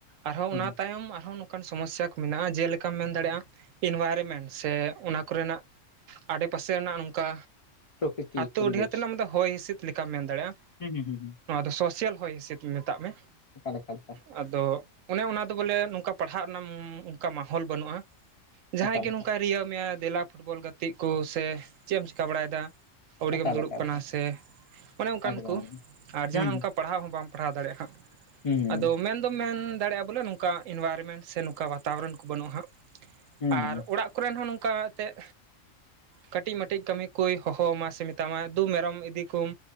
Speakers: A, on the right; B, on the left.
A: ᱟᱨᱦᱚᱸ
B: ᱦᱩᱸ
A: ᱚᱱᱟ ᱛᱟᱭᱚᱢ ᱟᱨᱦᱚᱸ ᱚᱱᱠᱟᱱ ᱥᱚᱢᱚᱥᱥᱟ ᱠᱚ ᱢᱮᱱᱟᱜᱼᱟ ᱡᱮᱞᱮᱠᱟᱢ ᱢᱮᱱ ᱫᱟᱲᱮᱭᱟᱜᱼᱟ ᱤᱱᱵᱷᱟᱨᱢᱮᱱᱴ ᱥᱮ ᱚᱱᱟ ᱠᱚᱨᱮᱱᱟᱜ ᱟᱰᱮᱯᱟᱥᱮ ᱨᱮᱱᱟᱜ ᱱᱚᱝᱠᱟ
B: ᱯᱨᱚᱠᱤᱛᱤ
A: ᱟᱛᱳ
B: ᱯᱚᱨᱤᱵᱮᱥ
A: ᱰᱤᱦᱟᱹᱛ ᱨᱮᱱᱟᱜ ᱢᱤᱫ ᱫᱚ ᱦᱚᱭ ᱦᱤᱸᱥᱤᱫ ᱞᱮᱠᱟᱢ ᱢᱮᱱ ᱫᱟᱲᱮᱭᱟᱜᱼᱟ
B: ᱦᱩᱸ ᱦᱩᱸ ᱦᱩᱸ ᱦᱩᱸ,
A: ᱥᱳᱥᱤᱭᱟᱞ ᱦᱚᱭ ᱦᱤᱥᱤᱫ ᱢᱮᱛᱟᱜ ᱢᱮ
B: ᱮᱠᱟᱞ ᱮᱠᱟᱞ ᱮᱠᱟᱞ
A: ᱟᱫᱚ ᱚᱱᱮ ᱚᱱᱟ ᱫᱚ ᱵᱚᱞᱮ ᱱᱚᱝᱠᱟ ᱯᱟᱲᱦᱟᱜ ᱨᱮᱱᱟᱜ ᱩᱢ ᱚᱱᱠᱟ ᱢᱟᱦᱚᱞ ᱵᱟᱹᱱᱩᱜᱼᱟ ᱡᱟᱦᱟᱸᱭ
B: ᱮᱠᱟᱞ
A: ᱜᱮ ᱱᱚᱝᱠᱟᱟᱭ ᱨᱤᱭᱟᱹᱣ ᱢᱮᱭᱟ ᱫᱮᱞᱟ ᱯᱷᱩᱴᱵᱚᱞ ᱜᱟᱛᱮ ᱜᱟᱛᱮᱜ ᱠᱚ ᱥᱮ ᱪᱮᱫ ᱮᱢ ᱪᱤᱠᱟ ᱵᱟᱲᱟᱭᱮᱫᱟ ᱟᱹᱣᱲᱤᱜᱮᱢ
B: ᱮᱠᱟᱞ
A: ᱫᱩᱲᱩᱵ
B: ᱮᱠᱟᱞ ᱮᱠᱟᱞ
A: ᱠᱟᱱᱟ
B: ᱮᱠᱟᱞ
A: ᱥᱮ
B: ᱮᱠᱫᱚᱢ
A: ᱚᱱᱮ ᱚᱱᱠᱟᱱ
B: ᱮᱠᱫᱚᱢ
A: ᱠᱩ ᱟᱨ ᱡᱟᱦᱟᱱᱟᱜ
B: ᱦᱩᱸ
A: ᱚᱱᱠᱟ ᱯᱟᱲᱦᱟᱣ ᱦᱚᱸ ᱵᱟᱢ ᱯᱟᱲᱦᱟᱣ ᱫᱟᱲᱮᱭᱟᱜᱼᱟ ᱦᱟᱸᱜ
B: ᱦᱩᱸ ᱦᱩᱸ
A: ᱟᱫᱚ
B: ᱦᱩᱸ
A: ᱢᱮᱱ ᱫᱚ ᱢᱮᱱ ᱫᱟᱲᱮᱭᱟᱜᱼᱟ ᱵᱚᱞᱮ ᱱᱚᱝᱠᱟ ᱤᱱᱵᱟᱭᱨᱢᱮᱱᱴ ᱥᱮ ᱱᱚᱝᱠᱟ ᱵᱟᱛᱟᱵᱚᱨᱚᱱ ᱠᱚ ᱵᱟᱹᱱᱩᱜᱼᱟ ᱦᱟᱸᱜ
B: ᱦᱩᱸ ᱦᱩᱸ,
A: ᱟᱨ ᱚᱲᱟᱜ ᱠᱚᱨᱮᱱ ᱦᱚᱸ ᱱᱚᱝᱠᱟ ᱚᱱᱠᱟᱛᱮᱫ ᱠᱟᱹᱴᱤᱡ ᱢᱟᱹᱴᱤᱡ ᱠᱟᱹᱢᱤ ᱠᱚᱭ ᱦᱚᱦᱚ ᱟᱢᱟ ᱥᱮ ᱢᱮᱛᱟᱢᱟ ᱫᱩ ᱢᱮᱨᱚᱢ ᱤᱫᱤ ᱠᱚᱢ᱾